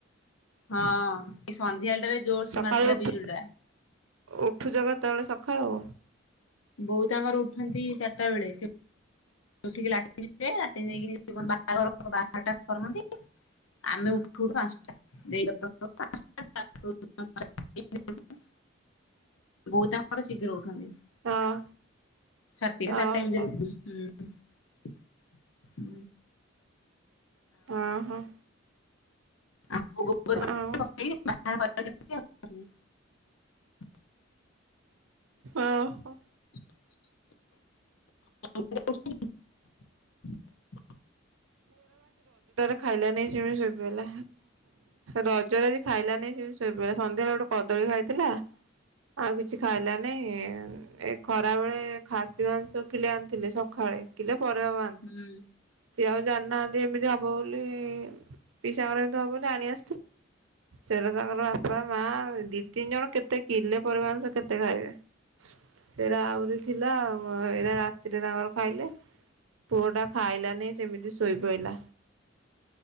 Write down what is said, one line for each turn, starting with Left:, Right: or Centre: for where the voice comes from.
Left: ହଁ ଏଇ ସ ସନ୍ଧ୍ୟା ବେଳଟାରେ ଜୋରସେ
Right: ସକାଳୁ
Left: ମାରୁଥିଲା
Right: ଉଠୁ
Left: ବିଜୁଳି ଟା ।
Right: ଉଠୁଛ କେତେବେଳେ ସଖାଳୁ
Left: ବୋଉ ତାଙ୍କର ଉଠନ୍ତି ଚାରିଟା ବେଳେ ସେ ଉଠିକି ଲାଟିନ ଯିବେ ଲାଟିନ ଯାଇକିରି କନ ବାହାରଘର ବାହାରଟା ଖରକନ୍ତି ଆମେ ଉଠୁୁ ଉଠୁ ପାଞ୍ଚଟା ଦେଇ <unintelligible> ବୋଉ ତାଙ୍କର ଶୀଘ୍ର ଉଠନ୍ତି।
Right: ହଁ
Left: ସାଡତିନିଟା
Right: ଓହୋ
Left: ଚାରି ଟା ଏମତି ରେ ଉଠନ୍ତି ହୁଁ। <unintelligible> ହୁଁ।
Right: ଓ ହୋ।
Left: ଆ <unintelligible>
Right: ଆଉ
Left: <unintelligible>
Right: ଓ ହୋ।
Left: <inaudible> <unintelligible>
Right: ଖାଇଲା ନେଇ ସେମିତି ଶୋଇ ପଇଲା। ରଜରାଜି ଖାଇଲାନି ସେମିତି ଶୋଇପଇଲା। ସନ୍ଧ୍ୟାଳେ ଗୋଟେ କଦଳୀ ଖାଇଥିଲା। ଆଉ କି ସି ଖାଇଲାନାଇଁ। ଏ ଖରା ବେଳେ ଖାସିବାଂଶ କିଲେ ଆଣିଥିଲେ। ସକାଳେ କିଲେ ପରେ ହକୁ ଆଣିନ୍ତିଥିଲି।
Left: ଖାଉନ
Right: ସି ଆଉ ଜାନନାହାନ୍ତି ଏମିତି ହବ ବୋଲି। ପିସା ଙ୍କା ଘରେ ଏମିତି ହେବ ବୋଲି ଆଣି ଆ ସେଟ ତାଙ୍କର ବାପା ମା ଦି ତିନି ଜଣ କେତେ କିିଲେ ପରେ ମାଂସ କେତେ ଖାଇବେ। ସେଇରା ଆହୁରି ଥିଲା ଏରା ରା ସେରେ ତାଙ୍କର ଖାଇଲେ ପୁଅ ଟା ଖାଇଲାନି। ସେମିତି ଶୋଇପଇଲା।